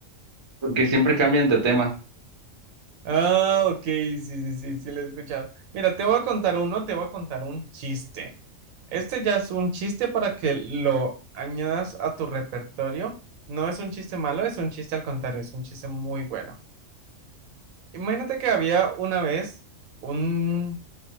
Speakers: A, on the right (about 30°); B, on the right (about 80°).
A: porque siempre cambian de tema.
B: Ah, ok, sí, sí, sí, sí, lo he escuchado. Mira, te voy a contar uno, te voy a contar un chiste. Este ya es un chiste para que lo añadas a tu repertorio. No es un chiste malo, es un chiste al contrario, es un chiste muy bueno. Imagínate que había una vez un